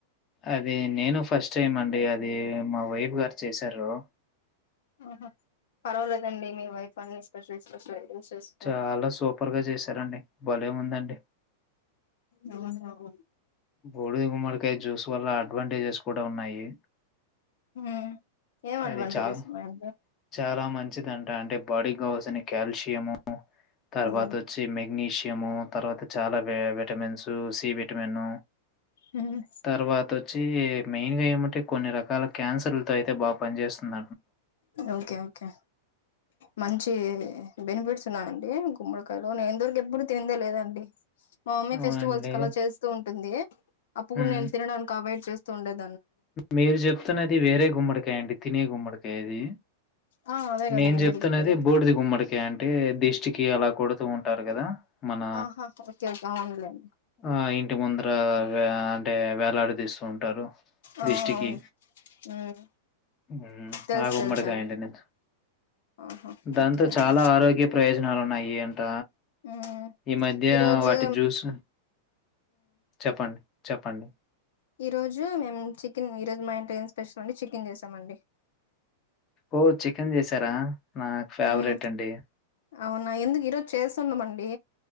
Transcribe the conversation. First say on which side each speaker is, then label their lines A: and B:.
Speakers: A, on the left; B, on the left.
A: అది నేను ఫస్ట్ అండి అది మా వైఫ్ గారు చేశారు
B: ఆహ పర్వాలేదండి మీ వైఫ్ అన్ని స్పెషల్ స్పెషల్ ఐటమ్స్ చేస్తున్నారు
A: చాలా సూపర్ గా చేశారండి భలే ఉందండి
B: ఆఓహ
A: బూడిద గుమ్మడికాయ జ్యూస్ వల్ల అడ్వాంటేజ్సు కూడా ఉన్నాయి
B: హ ఏం అడ్వాంటేజెస్
A: అది చాలా
B: ఉన్నాయండి
A: చాలా మంచిది అంట అంటే బాడీ కావాల్సిన కల్షియము తర్వాత
B: మ్మ్
A: వచ్చి మెగ్నీషియము తర్వాత చాలా విటమిన్సు సి విటమిన్
B: మ్మ్
A: తర్వాత వచ్చి మెయిన్ గా ఏమంటే కొన్ని రకాల క్యాన్సర్తో అయితే బాగు పనిచేస్తున్న
B: ఓకే కే మంచి బెనిఫిట్స్ ఉన్నాయండి గుమ్మడికాయలో నేను ఇదివరకు ఎప్పుడూ తినలేదండి <inaudible> మా మమ్మీ
A: అవునండి.
B: ఫెస్టివల్స్ కి అలా చేస్తూ ఉం ఉంది అప్పు
A: హ్మ్.
B: నేను తినడానికి అవాయిడ్ చేస్త తండా <inaudible>
A: మీరు చెప్తున్నది వేరే గుమ్మడికాయ అండి తినే గుమ్మడికాయది
B: ఆ అదే కదండి
A: నేను చెప్తున్నది
B: మీరు చెప్పేది
A: బూడిది గుమ్మడికాయ అంటే దిష్టికి అలా కొడుతూ ఉంటారు, కదా! మన
B: ఆహా ఓకే ఓకే అవునులేండి
A: ఆ ఇంటి ముందర అంటే వేలాడి తీస్తు సరు
B: ఆ
A: దిష్టికి
B: అవును మ్మ్
A: ఉ
B: తెలుసు
A: ఆగుమ్మడికాయంటండి
B: తెలుసు అండి ఆహా
A: దాంతో
B: ఓకేనండి
A: చాలా ఆరోగ్య ప్రయోజనాలు ఉన్నాయి అంట
B: మ్మ్
A: ఈ మధ్య
B: ఈరోజు
A: వాటి జ్యూస్ చెప్పండి చెప్పండి
B: ఈ రోజు మేము చికెన్ ఈ రోజు మా ఇంటి ఏం స్పెషల్ అండి చికెన్ చేసామండి.
A: ఓ చికెన్ చేసారా! నాకు ఫేవరెట్
B: మ్మ్
A: అండి.
B: అవునా! ఎందుకు ఈరోజు చేస్తున్నామండి.